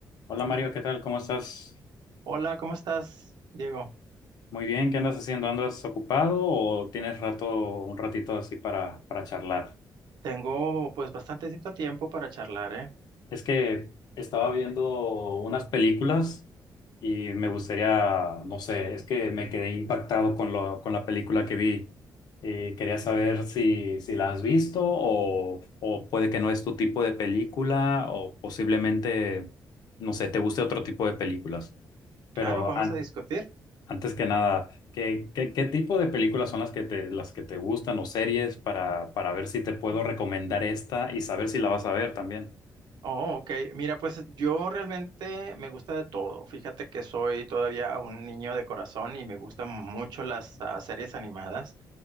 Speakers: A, on the left (about 65°); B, on the right (about 80°).
A: Hola Mario, ¿qué tal? ¿Cómo estás?
B: Hola, ¿cómo estás, Diego?
A: Muy bien, ¿qué andas haciendo? ¿Andas ocupado o tienes rato, un ratito así para, para charlar?
B: Tengo pues bastantecito tiempo para charlar, ¿eh?
A: Es que estaba viendo unas películas y me gustaría, no sé, es que me quedé impactado con lo, con la película que vi. Eh, quería saber si, si la has visto o, o puede que no es tu tipo de película o posiblemente, no sé, te guste otro tipo de películas. Pero
B: Claro, vamos
A: an-
B: a discutir.
A: Antes que nada, ¿qué, qué, qué tipo de películas son las que te, las que te gustan o series para, para ver si te puedo recomendar esta y saber si la vas a ver también?
B: Oh, ok. Mira, pues yo realmente me gusta de todo. Fíjate que soy todavía un niño de corazón y me gustan mucho las ah, series animadas,